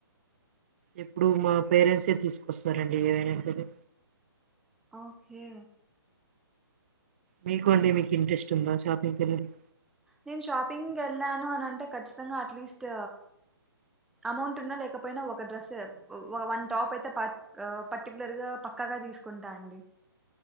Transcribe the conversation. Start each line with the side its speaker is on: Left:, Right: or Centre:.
Right: ఎప్పుడు మా పేరెంట్సే తీసుకొస్తారండి ఏవైనా సరే
Centre: ఓకే
Right: మీకు అండి మీకు ఇంట్రెస్ట్ ఉందా షాపింగ్కి వెళ్లడం
Centre: నేను షాపింగ్ వెళ్ళాను అని అంటే ఖచ్చితంగా అట్లీస్ట్ అమౌంట్ ఉన్నా లేకపోయినా ఒక డ్రెస్ వన్ టాప్ అయితే ప పర్టికులర్గా పక్కాగా తీసుకుంటా అండి